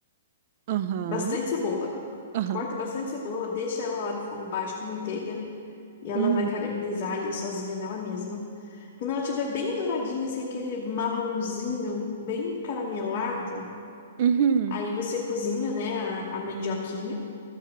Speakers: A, on the right; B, on the left.
A: Aham,
B: bastante cebola.
A: aham.
B: Corta bastante cebola, deixa ela lá no fogo baixo com manteiga e ela
A: Hum,
B: vai caramelizar ali sozinha nela mesma. Quando ela estiver bem douradinha, assim, aquele marronzinho bem caramelado,
A: uhum,
B: aí você cozinha, né, a, a mandioquinha.